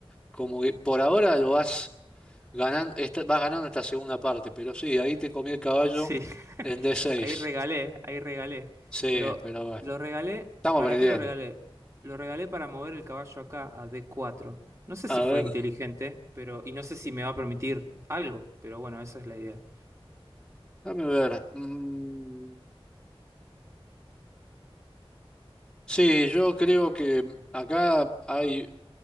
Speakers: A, in the centre; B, on the right.
A: como que por ahora lo vas ganando, vas ganando esta segunda parte, pero sí, ahí te comí el caballo
B: Sí. <laughs>
A: en D6.
B: Ahí regalé, ahí regalé.
A: Sí,
B: Pero
A: pero bueno,
B: lo regalé,
A: estamos
B: ¿para
A: aprendiendo.
B: qué lo regalé? Lo regalé para mover el caballo acá a D4. No sé
A: A
B: si fue
A: ver,
B: inteligente, pero y no sé si me va a permitir algo, pero bueno, esa es la idea.
A: dame ver. Mm, sí, yo creo que acá hay